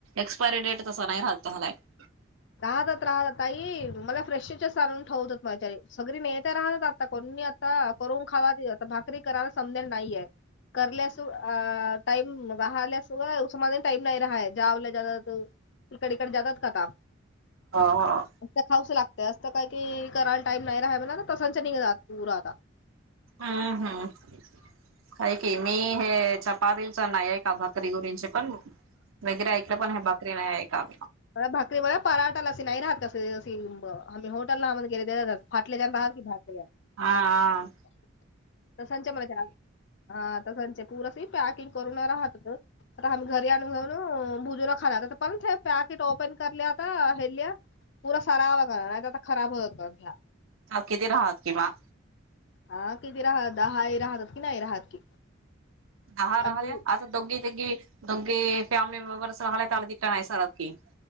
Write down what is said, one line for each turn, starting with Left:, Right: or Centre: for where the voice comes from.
Right: एक्सपायरी डेट तसा नाही राहत हला एक. <unintelligible>
Left: राहतात राहत तई मला फ्रेशच्या सारून ठेवतात माझ्या सगळी नेता्या राहतात आता कोणी. <unintelligible> हा करून खावा आता भाकरी करायला समजेल नाहीये. कर लस अ टाइम राहासोामा टाइम नाही रहाय जावला ज. <unintelligible> तिकड तीकडे जातात का?
Right: ह ह.
Left: असं खाऊसं लागतय असं काय कि करायला टाई नाही राहा म्हणा तसंच निघ जात पुर आता. <unintelligible>
Right: हम्म हम्म. काय की मी हे चपातच नाही आहे का भातिगुरींचे पण. <unintelligible> वगैरे ऐकलं पण हे बाकरी नाही ऐका.
Left: भाकरी ब पराठाला अशी नाही राहत कस आम्ही होॉटल आम गेले. <unintelligible> फाटल्या जन बाहेर की भटले. <unintelligible>
Right: आं
Left: तरसच्या मध्ये आ. <unintelligible> हा तर त्यांचे पुरसे ही पॅकिंग करून राहतात. आता आम्ही घरी आणू घेऊनो भुजूला खाला आता पर्यंत हे पॅकेट ओपन करले आता हेल्या. पुूरा सरावा लागणार नाही आता खराब हो जात ना्या. <unintelligible>
Right: ह किती राहात किंवा
Left: हा किती राह दहाय राहतात की नाही राहात की.
Right: हा राहिल्या
Left: अजून
Right: आता दोघे ती दोघे फॅमिली मेंबर्स राहिल्या त आल त का नाही सरात की. <unintelligible>